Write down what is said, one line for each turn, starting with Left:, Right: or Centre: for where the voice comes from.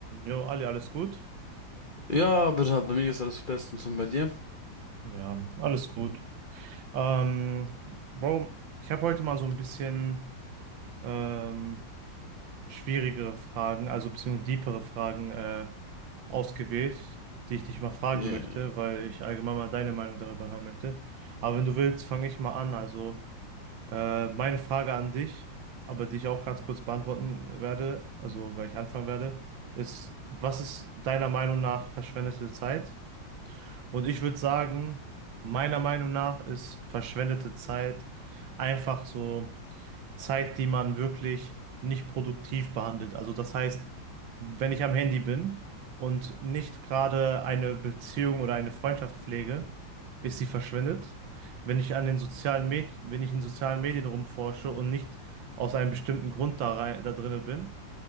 Right: Jo, Ali, alles gut?
Left: Ja, bitte, bei mir ist alles bestens und bei dir?
Right: Ja, alles gut. Ähm, Bro, ich habe heute mal so ein bisschen ähm, schwierigere Fragen, also beziehungsweise deepere Fragen äh, ausgewählt, die ich dich mal fragen
Left: Ja,
Right: möchte, weil ich allgemein mal deine Meinung darüber hören möchte. Aber wenn du willst, fange ich mal an. Also äh, meine Frage an dich, aber die ich auch ganz kurz beantworten werde, also weil ich anfangen werde, ist, was ist deiner Meinung nach verschwendete Zeit? Und ich würde sagen, meiner Meinung nach ist verschwendete Zeit einfach so Zeit, die man wirklich nicht produktiv behandelt. Also das heißt, wenn ich am Handy bin und nicht gerade eine Beziehung oder eine Freundschaft pflege, ist sie verschwendet. Wenn ich an den sozialen Med wenn ich in sozialen Medien rumforsche und nicht aus einem bestimmten Grund da rein, da drinne bin,